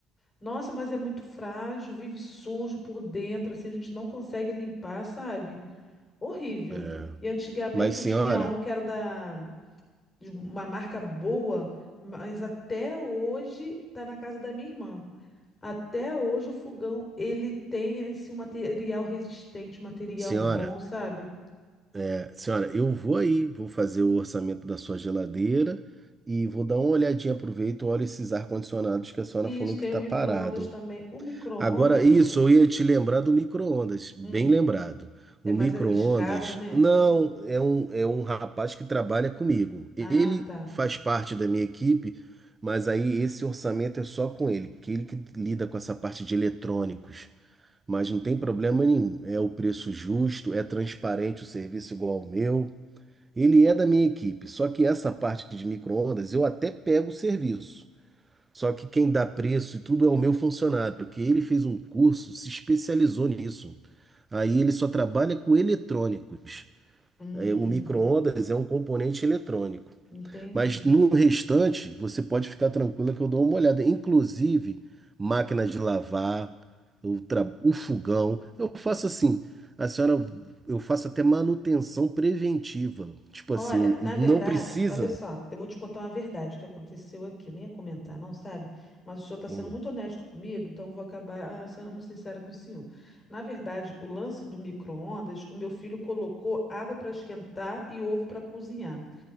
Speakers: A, on the left; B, on the right.
A: Nossa, mas é muito frágil, vive sujo por dentro, assim a gente não consegue limpar, sabe? Horrível.
B: É.
A: E antigamente
B: Mas senhora,
A: eu tinha um que era da de uma marca boa, mas até hoje tá na casa da minha irmã. Até hoje o fogão, ele tem esse material resistente, material
B: senhora,
A: bom, sabe?
B: é, senhora, eu vou aí, vou fazer o orçamento da sua geladeira e vou dar uma olhadinha, aproveito, olha esses ar-condicionados que a senhora
A: E
B: falou
A: isso tem
B: que tá
A: o micro-ondas
B: parado.
A: também. O micro-ondas,
B: Agora, isso, eu ia te lembrar do micro-ondas, bem
A: hum,
B: lembrado.
A: é
B: O
A: mais
B: micro-ondas,
A: arriscado, né?
B: não, é um, é um rapaz que trabalha comigo. Ele
A: Ah, tá.
B: faz parte da minha equipe, mas aí esse orçamento é só com ele, que ele que lida com essa parte de eletrônicos. Mas não tem problema nenhum, é o preço justo, é transparente o serviço igual ao meu. Ele é da minha equipe, só que essa parte de micro-ondas eu até pego o serviço. Só que quem dá preço e tudo é o meu funcionário, que ele fez um curso, se especializou nisso. Aí ele só trabalha com eletrônicos.
A: Hum,
B: É, O micro-ondas é um componente eletrônico.
A: entendi.
B: Mas no restante, você pode ficar tranquila que eu dou uma olhada. Inclusive, máquina de lavar, o tra- o fogão. Eu faço assim, a senhora, eu faço até manutenção preventiva. Tipo
A: Olha,
B: assim,
A: na
B: não
A: verdade,
B: precisa.
A: olha só, eu vou te contar uma verdade que aconteceu aqui. Eu nem ia comentar, não, sabe? Mas o senhor está
B: Hum.
A: sendo muito honesto comigo, então eu vou acabar ah, sendo sincera com o senhor. Na verdade, o lance do micro-ondas, o meu filho colocou água para esquentar e ovo para cozinhar.